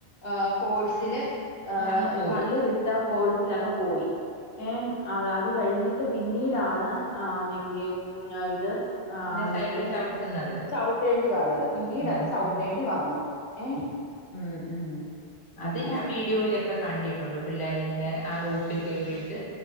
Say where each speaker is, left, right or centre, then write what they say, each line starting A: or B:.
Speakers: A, on the left (about 70°); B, on the left (about 25°).
A: ആഹ് ഫോഴ്സില് ആഹ്
B: അങ്ങ് പോയി
A: തള്ളി വിട്ട ഫോയ്‌സ്ൽ അങ്ങ് പോയി. ആം അത് അത് കഴിഞ്ഞിട്ട് പിന്നീടാണ് <inaudible> പിന്നെ ഇത് ആണെങ്കി
B: പിന്നെ സൈക്കിള് ചവിട്ടുന്നത്
A: ചവിട്ടേണ്ടി വന്നത് പിന്നീട
B: അതെ
A: ചവിട്ടേണ്ടി
B: ആ
A: വന്നു ഏ മ് മ്
B: അത്
A: അങ്ങനെ
B: ഞാൻ വീഡിയോയിലൊക്കെ കണ്ടിട്ടുണ്ട് പിള്ളേരി ങ്ങനെ ആ റൂപ്പിൽ കേറിയിട്ട്